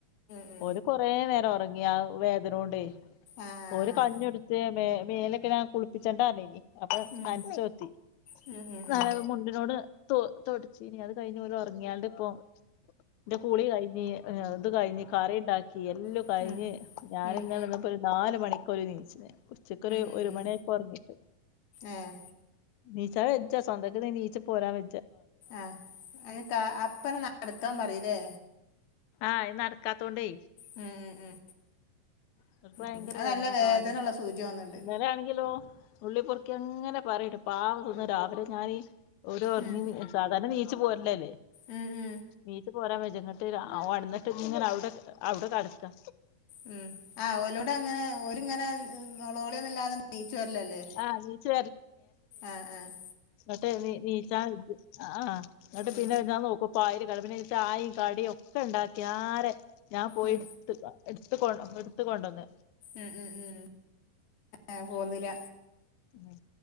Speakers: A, on the left; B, on the left.
A: ഉം
B: ഓര് കൊറേ നേരം ഒറങ്ങിയ ആ വേദനോണ്ടേ
A: ആഹ്
B: ഓര് കഞ്ഞി കൊടുത്ത് മേ മേലെക്കെ ഞാൻ കുളിപ്പിച്ചണ്ടനങ്ങി അപ്പം
A: ഉം
B: തനച്ചോത്തി
A: ഉം
B: നനവ്
A: ഉം ഉം ഉം ഉം ഉം
B: മുണ്ടിനോട് തോ തൊടച്ചീനി അത് കഴിഞ്ഞ് ഓല് ഒറങ്ങിയാണ്ട് ഇപ്പൊ എന്റെ കുളി കഴിഞ്ഞ് ഇത് കഴിഞ്ഞ് കറി ഉണ്ടാക്കി എല്ലാം
A: ഉം
B: കഴിഞ്ഞ് ഞാനിങ്ങനെ
A: ഉം ഉം
B: ഇരുന്നപ്പഴ് നാല് മണിക്കോര് എണീച്ച്ണ് ഉച്ചക്കൊര്
A: ഉം
B: ഒര്
A: ഉം
B: മണിയായപ്പം ഒറങ്ങീട്ട്
A: ഏഹ്
B: നീച്ചാ വെച്ച സ്വന്തം ആയിട്ട് എനീച്ച പോരാ വെ
A: ആഹ് എന്നിട്ട് അപ്പറം നടക്കാൻ പറയുല്ലേ
B: ആഹ് ഇത് നടക്കാത്തോണ്ടേ
A: ഉം ഉം
B: അവർക്ക് ഭയങ്കര
A: ഉം, അത്
B: വേദന
A: നല്ല വേദനയുള്ള
B: കാല്
A: സൂചി വന്നിണ്ട്
B: ഇന്നലെ ആണെങ്കിലോ നുള്ളിപ്പൊറക്കി അങ്ങനെ പറയ്ട്ട പാവം തോന്നും രാവിലെ ഞാനീ ഓരോ എർങ്ങിന്
A: ഉം,
B: സാധാരണ എനീച്ച് പോരലല്ലേ
A: ഉം ഉം
B: എനീച് പോരാം വെച്ച് എന്നിട്ട് രാ ഒണന്നിട്ട് ഇങ്ങനെ അവിടെ അവിടെ കെടക്കാ
A: ഉം ആ ഓലോട് അങ്ങനെ ഓലിങ്ങനെ നൊളോളിയൊന്നും ഇല്ലാതെ എനീച്ച് വരലല്ലേ
B: ആഹ് നീച്ച്
A: ആഹ് ആഹ്
B: എന്നിട്ട് എനീ നീച്ചാൻ ആഹ് എന്നിട്ട്
A: ഉം,
B: പിന്നെ ഞാൻ നോക്കു പായല് കാണും പിന്നെ ചായയും കടിയും ഒക്കെ ഉണ്ടാക്കിയാരെ ഞാൻ പോയി
A: ഉം,
B: ട്ത്തില്ല എടുത്ത് കൊണ്ട എടുത്ത് കൊണ്ട്വന്ന്
A: ഉം ഉം ഉം ഏ പോന്നില
B: മ്